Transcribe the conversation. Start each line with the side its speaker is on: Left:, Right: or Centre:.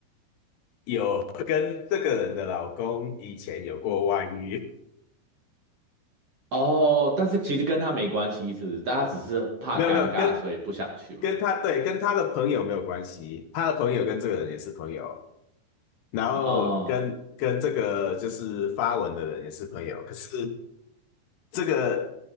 Left: 有跟这个人的老公以前有过外遇，
Right: 哦，但是其实跟他没关系，是不是？大家只是怕尴尬，
Left: <laughs> 没有没有跟
Right: 所以不想去嘛。
Left: 跟他对跟他的朋友没有关系，他的朋友跟这个人也是朋友，然后跟跟这个就是发文的人也是朋友，
Right: 哦
Left: 可是这个